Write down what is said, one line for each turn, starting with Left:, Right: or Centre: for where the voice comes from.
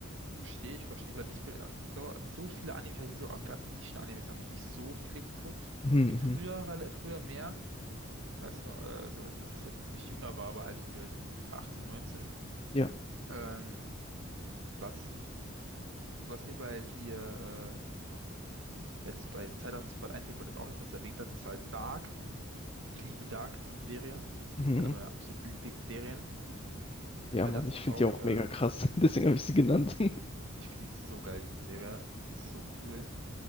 Right: Verstehe ich, verstehe ich. weil Ich bin, äh, so, so viele Anime, ich hatte so, auch gerade so Nischen-Animes, habe ich nicht so viele geguckt.
Left: Mhm,
Right: Früher,
Left: mhm.
Right: rela- früher mehr, als ich noch, äh, also, als was heißt jetzt, ich jünger war, aber halt irgendwie also mit 18, 19.
Left: Ja.
Right: Ähm, was, was mir bei hier, äh, jetzt bei Zeitreise sofort einfällt, weil du es auch eben kurz erwähnt hast, ist halt Dark. Ich liebe Dark, diese Serie.
Left: Mhm.
Right: Das ist eine meiner absoluten Lieblingsserien.
Left: Ja,
Right: Weil
Left: Mann,
Right: das
Left: ich
Right: auch,
Left: finde die auch
Right: äh,
Left: mega krass. <laughs> Deswegen habe ich sie genannt. <laughs>
Right: ich finde die so geil, diese Serie. Die ist so cool.